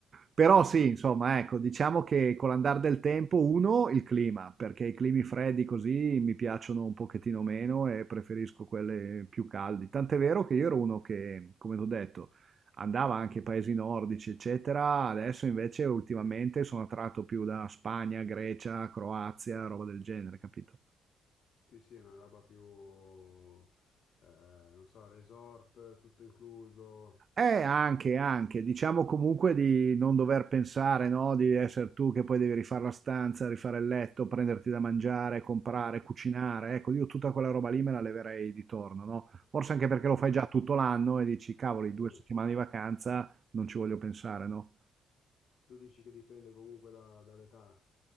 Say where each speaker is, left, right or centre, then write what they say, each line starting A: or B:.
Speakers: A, on the right; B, on the left.
A: Però sì,
B: madonna.
A: insomma, ecco, diciamo che con l'andare del tempo, uno, il clima, perché i climi freddi così mi piacciono un pochettino meno e preferisco quelli più caldi. Tant'è vero che io ero uno che, come ti ho detto, andava anche ai paesi nordici, eccetera. Adesso invece ultimamente sono attratto più da Spagna, Grecia, Croazia, roba del genere, capito?
B: Sì, sì, è una roba più, eh, non so, resort, tutto incluso.
A: Eh, anche, anche, diciamo comunque di non dover pensare, no? Di essere tu che poi devi rifare la stanza, rifare il letto, prenderti da mangiare, comprare, cucinare. Ecco, io tutta quella roba lì me la leverei di torno, no? Forse anche perché lo fai
B: Tu,
A: già tutto l'anno e dici, cavoli,
B: sì,
A: due settimane di vacanza, non ci voglio pensare, no?
B: tu dici che dipende comunque da- dall'età,